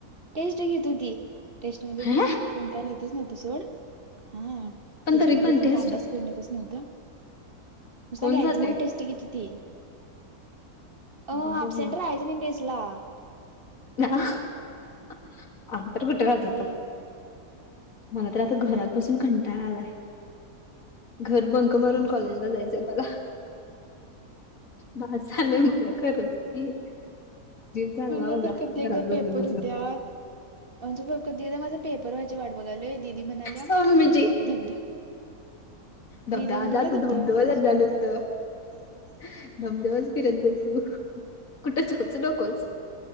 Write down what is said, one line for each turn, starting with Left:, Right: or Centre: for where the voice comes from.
Right: टेस्ट घेत होती टेस्ट मध्ये
Left: ह
Right: तर कोण काय लिहितच नव्हतं सोड हा
Left: पण
Right: टेस्टमध्ये
Left: तरी पण
Right: कोण
Left: टेस्ट
Right: काय अभ्यास करून येत नव्हतं नुसत
Left: कोण
Right: घ्यायचं
Left: जाते
Right: म्हनून टेस्ट घेती ती अ
Left: बाबा
Right: अब्सेंट राहायचं नाही टेस्ट टेस्ला
Left: ना आम्ही तर कुठे राहत होतो
Right: बाई
Left: मला तर आता घरात बसून कंटाळा आलाय घर बंक मारून
Right: तुमचं
Left: कॉलेजला जायचंय मला बास झालंय मला खरंच की जीव चालला
Right: मला
Left: माझा
Right: तर कधी एकदा
Left: घरात बसून
Right: पेपर
Left: बसून
Right: होत्या म्हणज कधी एकदा माझा पेपर व्हायचे वाटत बघालोय दीदी म्हणाल्या
Left: सौम्यची
Right: धबध
Left: धबधबा
Right: दिदी म्हणाल्या
Left: तू
Right: धबधबा
Left: धबधवालाच
Right: फिरायचा
Left: झालूस धबधबा फिरत बस तू कुठे जाऊच नकोस